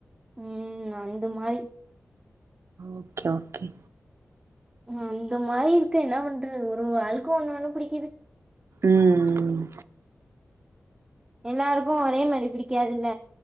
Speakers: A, on the right; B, on the right.
A: ம் ம் அந்த மாரி
B: ஓகே ஓகே
A: அந்த மாரி இருக்கு என்ன பண்றது ஒரு ஒரு ஆளுக்கு ஒண்ணு ஒண்ணு புடிக்கிது
B: ம் ம் ம்
A: எல்லாருக்கு ஒரே மாரி பிடிக்காதுல்ல